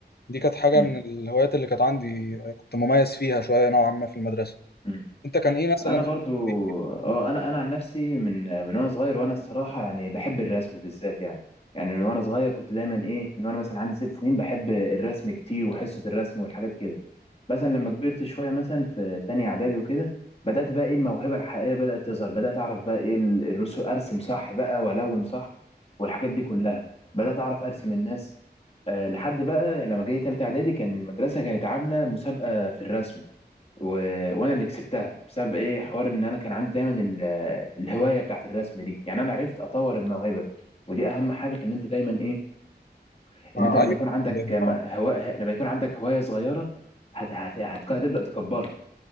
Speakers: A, on the left; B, on the left.
A: دي كانت حاجة
B: مم،
A: من الهوايات اللي كانت عندي آه، كنت مميز فيها شوية نوعا ما في المدرسة
B: مم،
A: انت كان ايه مثلا
B: انا
A: في
B: برضو
A: الحتة دي؟
B: اه انا انا عن نفسي من من وانا صغير وانا الصراحه يعني بحب الرسم بالذات يعني يعني من وانا صغير كنت دايما ايه من وانا مثلا عندي ست سنين بحب الرسم كتير وحصه الرسم والحاجات كده مثلا لما كبرت شويه مثلا في في تانية اعدادي وكده بدات بقى ايه الموهبه الحقيقيه بدات تظهر بدات اعرف بقى ايه ال- الرسم ارسم صح بقى والون صح والحاجات دي كلها بدات اعرف ارسم الناس آه، لحد بقى لما جاي تالتة اعدادي كان المدرسه كانت عامله مسابقه في الرسم و... وانا اللي كسبتها بسبب ايه حوار ان انا كان عندي دايما ال... الهوايه بتاعت الرسم دي يعني انا عرفت اطور الموهبه ودي اهم حاجه في ان انت دايما ايه
A: آه
B: ان انت لما
A: ايوه
B: يكون عندك
A: ال-
B: م- هواء لما يكون عندك هوايه صغيره هت... هت... هت... هتبدا تكبرها